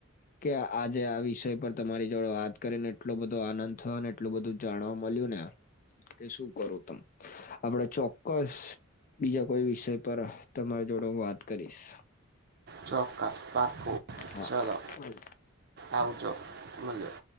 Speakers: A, on the left; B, on the right.
A: કે આજે આ વિષય પર તમારી જોડે વાત કરીને એટલો બધો આનંદ થયો ને એટલું બધું જાણવા મળ્યું ને કે શું કરું તમ આપડે ચોક્કસ બીજા કોઈ વિષય પર તમારી જોડે હું વાત કરીશ.
B: ચોક્કસ પાકુ
A: હા
B: ચલો
A: ભલે.
B: આવજો મલ્યો.